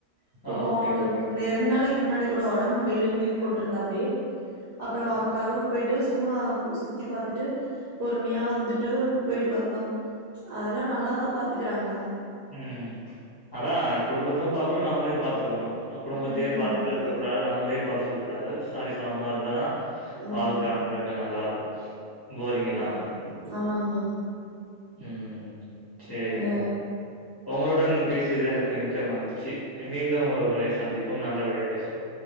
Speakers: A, on the right (about 60°); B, on the left (about 30°).
A: இப்ப
B: ஓகே,
A: போ
B: ஓகே.
A: ரெண் நாளைக் க்கு முன்னாடி கூடோ ஒடம்பு முடியலனு லீவ் போட்டிருந்தாப்டி அப்றோ கரூர் பொய்ட்டு சும்மா சுத்தி பாத்துட்டு பொறும்யா வந்துட்டு பொயிட்டு வந்தோ அதெல்லா நல்லாதான் பாத்துக்குறாங்க
B: உம் அதா குடும்பத்தும் பாக்லு நம்மளையும் பாத்துக்கணும் அ குடும்பத்தையே
A: ம்
B: பாத்துட்டு இருக்க கூடாது நம்மளையும் பாத்துட்ருக்க கூடாது சாரி சமமா இருந்ததா
A: ம்
B: வாழ்க்க வந்துட்டு நல்லாருக்கு போரிங் இல்லாம
A: ம் ஆமாங்கண்ணா
B: உம் சேரிங்க
A: ஆ
B: ஒங்களுடன் பேசியது எனக்கு மிக்க மகிழ்ச்சி மீண்டும் ஒரு முறை சந்திப்போம் நல்லபடியா பேசுவோம்